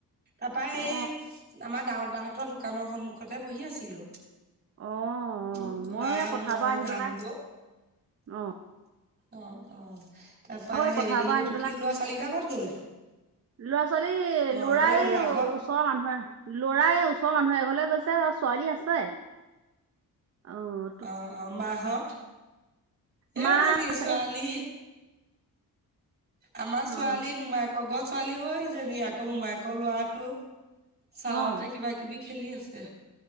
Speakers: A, on the right (about 25°); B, on the right (about 40°).
A: তাপা
B: অঁ
A: এই, আমাৰ ডাঙৰ দাহতৰ দোকানৰ সন্মুখতে বহি আছিলো!
B: অঁ
A: উম,
B: অঁ ময়ো
A: মা
B: এই পথাৰৰ
A: মই
B: পৰা আহি
A: যাম
B: পেলাই
A: গ!
B: অঁ,
A: অঁ, অঁ তাপা
B: মই এই
A: হেৰি
B: পথাৰৰ পৰা
A: এইটো
B: আহি
A: কি লৰা ছোৱালী কেইটা কত গ'ল!
B: ল'ৰা ছোৱালী
A: অ
B: ল'ৰা এই
A: ল'ৰাহত
B: ও, ওচৰৰ মানুহে ল'ৰাই ওচৰৰ মানুহে এঘৰলে গৈছে আৰু ছোৱালী আছে, অঁ
A: অঁ অঁ, মাহঁত?
B: মা
A: এইজনী ছোৱালী
B: এই
A: আমাৰ
B: অ'
A: ছোৱালী মোমায়েকৰ ঘৰ ছোৱালী হৈজনী, আকৌ মোমায়েকৰ লৰাটো। ছাঁহতে
B: অ'
A: কিবা কিবি খেলি আছে।